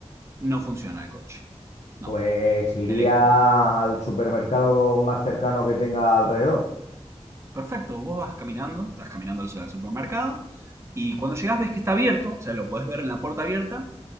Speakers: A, on the right; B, on the left.
A: No funciona el coche. No.
B: Pues iría
A: El-
B: al supermercado más cercano que tenga alrededor.
A: Perfecto, vos vas caminando, estás caminando al supermercado, y cuando llegás ves que está abierto, o sea, lo podés ver en la puerta abierta,